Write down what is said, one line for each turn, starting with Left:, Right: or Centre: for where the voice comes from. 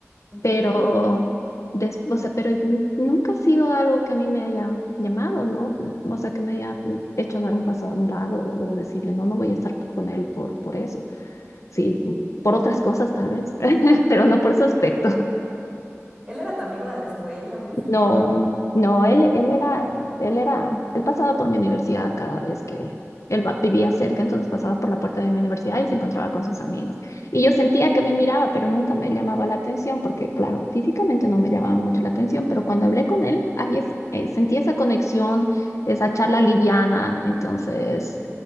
Right: Ujú.
Left: Pero, des- o sea, pero n- nunca ha sido algo que a mí me haya llamado, ¿no? O sea, que me haya hecho dar un paso a un lado o decirle, no, no voy a estar con él por, por eso. Sí, por otras cosas tal vez, <laughs> pero no por su aspecto.
Right: Él era tu amigo de la escuela, un vecino,
Left: No,
Right: que
Left: no, él, él era, él era, él pasaba por mi universidad cada vez que él va- vivía cerca, entonces pasaba por la puerta de mi universidad y se encontraba con sus amigos. Y yo sentía que me miraba, pero nunca me llamaba la atención, porque claro, físicamente no me llamaba mucho la atención, pero cuando hablé con él, ahí es, eh, sentí esa conexión, esa charla liviana, entonces